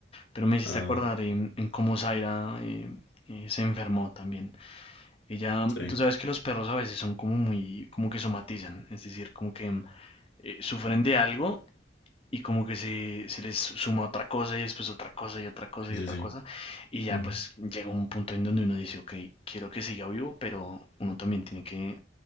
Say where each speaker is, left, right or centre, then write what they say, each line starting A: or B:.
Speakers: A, on the left; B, on the left.
A: Pero me hiciste
B: Ah,
A: acordar en, en cómo Zaira eh, eh, se enfermó también. Ella, mm,
B: sí,
A: tú sabes que los perros a veces son como muy, como que somatizan, es decir, como que mm, eh, sufren de algo y como que se, se les suma otra cosa y después otra cosa y otra cosa
B: sí,
A: y otra
B: sí, sí.
A: cosa. Y ya
B: Ujú.
A: pues llega un punto en donde uno dice, ok, quiero que siga vivo, pero uno también tiene que,